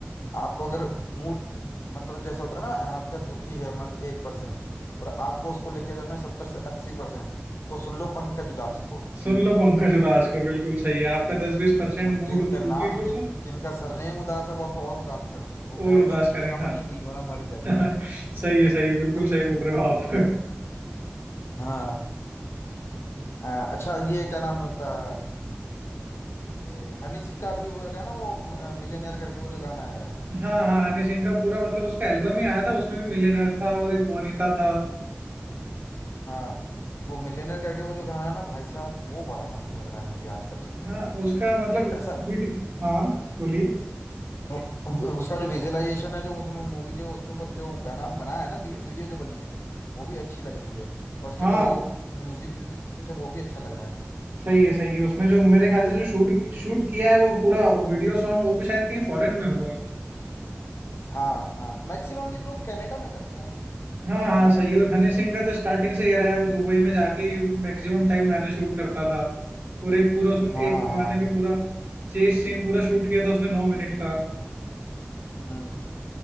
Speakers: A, on the left; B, on the right.
A: आपको अगर मूड मतलब जैसे होता है ना आपका दुखी है मन एक परसेंट और आपको उसको लेके जाना है सत्तर से अस्सी परसेंट तो सुन लो पंकज उदास को
B: सुन लो पंकज उदास को बिल्कुल सही है आपका दस बीस
A: हाँ
B: परसेंट
A: उन-
B: मूड
A: जिनका
B: दुखी
A: नाम
B: को
A: जिन जिनका सरनेम उदास है वो आपको और उदास कर देंगे वो
B: और
A: कहेंगे
B: उदास
A: जीने
B: करेंगे
A: का मन ही नहीं हो ना मर ही
B: हाँ
A: जाएंगे हम
B: <laughs> सही है सही है बिल्कुल
A: <laughs>
B: सही बोल रहे हो आप
A: हाँ आ, अच्छा ये क्या नाम होता है ए, हनी सिंह का भी हुआ था ना वो मिलेनियर करके वो जो गाना आया है
B: हाँ हाँ हनी सिंह का पूरा मतलब उसका एल्बम ही आया था उसमें भी मिलियनेयर था और एक बोनीता था
A: हाँ वो मिलेनियर करके वो जो गाना है ना भाई साहब वो बड़ा मस्त लग रहा है मुझे आजकल सुनने
B: हाँ
A: में
B: उसका मतलब
A: ऐसा
B: वीडियो हाँ बोलिए
A: उ- उ- उसका जो विजुअलाइजेशन है जो उसमें मूवी जो उसके ऊपर जो गाना बनाया है ना वी, वीडियो जो बनी है वो भी अच्छी लग रही है और उसके
B: हाँ
A: जो म्यूजिक म्यूजिक सब कुछ है वो भी अच्छा लग रहा है
B: सही है सही है उसमें जो मेरे ख्याल से जो शूट शूट किया है वो पूरा वीडियो सॉन्ग वो भी शायद कहीं फॉरेन में हुआ है
A: हाँ हाँ मैक्सिमम ये लोग कनाडा में करते हैं
B: हाँ हाँ सही है और हनी सिंह का तो स्टार्टिंग से ये रहा है वो दुबई में जाके मैक्सिमम टाइम गाने शूट करता था और एक पूरा उसने
A: हाँ
B: एक गाने
A: हाँ
B: में पूरा चेस सीन पूरा शूट किया था उसने नौ मिनट का
A: हम्म